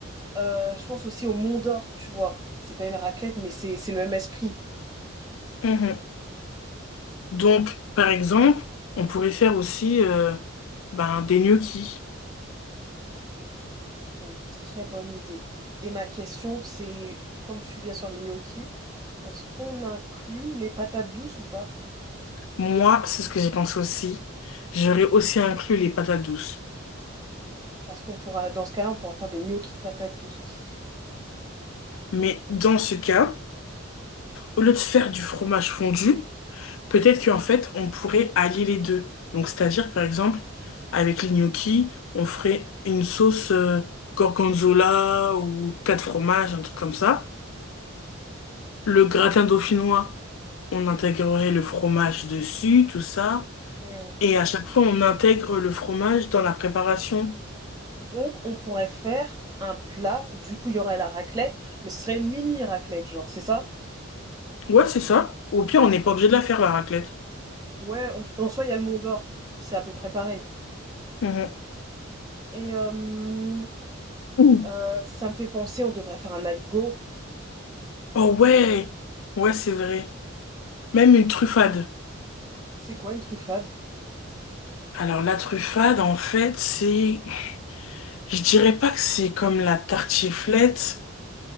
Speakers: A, on the right; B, on the left.
A: Euh, je pense aussi au Mont d'Or, tu vois. C'est pas une raclette, mais c'est c'est le même esprit.
B: Mhm. Donc, par exemple, on pourrait faire aussi euh, ben, des gnocchis.
A: C'est une très bonne idée. Et ma question, c'est, comme je suis bien sur les gnocchis, est-ce qu'on inclut les patates douces ou pas?
B: Moi, c'est ce que j'ai pensé aussi. J'aurais aussi inclus les patates douces.
A: Parce qu'on pourra, dans ce cas-là, on pourra faire des gnocchis de patates douces aussi.
B: Mais dans ce cas, au lieu de faire du fromage fondu, Peut-être qu'en fait, on pourrait allier les deux. Donc, c'est-à-dire, par exemple, avec les gnocchis, on ferait une sauce euh, gorgonzola ou quatre fromages, un truc comme ça. Le gratin dauphinois, on intégrerait le fromage dessus, tout ça.
A: Hmm.
B: Et à chaque fois, on intègre le fromage dans la préparation.
A: Donc, on pourrait faire un plat. Du coup, il y aurait la raclette, mais ce serait une mini raclette, genre, c'est ça?
B: Ouais, c'est ça. Au pire, on n'est pas obligé de la faire, la raclette.
A: Ouais, en, f- en soi, il y a le Mont d'Or. C'est à peu près pareil.
B: Mhm.
A: Et euh,
B: Ouh.
A: euh, ça me fait penser, on devrait faire un aligot.
B: Oh ouais! Ouais, c'est vrai. Même une truffade.
A: C'est quoi une truffade?
B: Alors, la truffade, en fait, c'est... Je dirais pas que c'est comme la tartiflette,